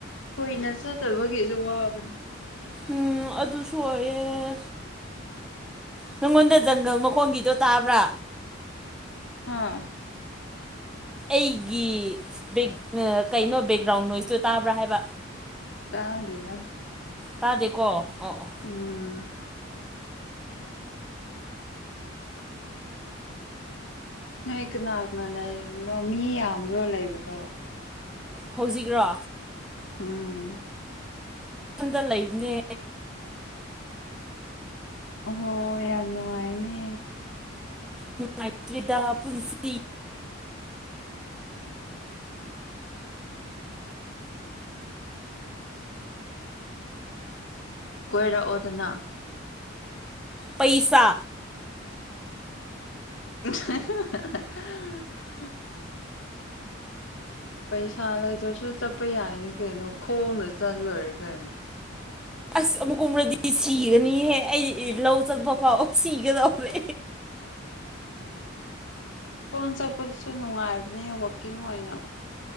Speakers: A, on the left; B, in the centre.
A: ꯀꯨꯏꯅ ꯆꯠꯇꯕꯒꯤꯁꯨ ꯋꯥꯕꯅꯦ
B: ꯎꯝ ꯑꯗꯨꯁꯨ ꯑꯣꯏꯌꯦꯦ ꯅꯪꯉꯣꯟꯗ ꯖꯪꯒꯜ ꯃꯈꯣꯟꯒꯤꯗꯣ ꯇꯥꯕ꯭ꯔꯥ
A: ꯑꯥ
B: ꯑꯩꯒꯤ ꯕ ꯀꯩꯅꯣ ꯕꯦꯛꯒ꯭ꯔꯥꯎꯟ ꯅꯣꯏꯁꯇꯣ ꯇꯥꯕ꯭ꯔꯥ ꯍꯥꯏꯕ
A: ꯇꯥꯗꯦꯗ
B: ꯇꯥꯗꯦꯀꯣ ꯑꯣ ꯑꯣ
A: ꯎꯝ ꯅꯣꯏ ꯀꯅꯥꯅꯥꯅꯣ ꯃꯤ ꯌꯥꯝꯕ꯭ꯔꯣ ꯂꯩꯕꯗꯣ
B: ꯍꯧꯖꯤꯛꯔꯣ
A: ꯑꯝ
B: ꯋꯥꯝꯗ ꯂꯩꯅꯦ
A: ꯍꯣ ꯌꯥꯝ ꯅꯨꯡꯉꯥꯏꯅꯦ
B: ꯅꯨꯡꯉꯥꯏꯇ꯭ꯔꯤꯗ ꯄꯨꯟꯁꯤ
A: ꯀꯣꯏꯔꯛꯑꯣꯗꯅ
B: ꯄꯩꯁꯥ
A: <inaudible> ꯄꯩꯁꯥ ꯂꯩꯗ꯭ꯔꯁꯨ ꯆꯠꯄ ꯌꯥꯏꯅ ꯀꯩꯅꯣ ꯈꯣꯡꯅ ꯆꯠꯂꯣꯏꯔꯦ ꯀꯩꯅꯣ
B: ꯑꯁ ꯑꯃꯨꯛꯀꯨꯝꯔꯗꯤ ꯁꯤꯒꯅꯤꯍꯦ ꯑꯩ ꯂꯧ ꯆꯠꯄ ꯄꯥꯎ ꯁꯤꯒꯗꯧꯔꯦ
A: <inaudible> ꯐꯣꯟ ꯆꯠꯄꯗꯨꯁꯨ ꯅꯨꯡꯉꯥꯏꯕꯅꯦ ꯋꯀꯤꯡ ꯑꯣꯏꯅꯝ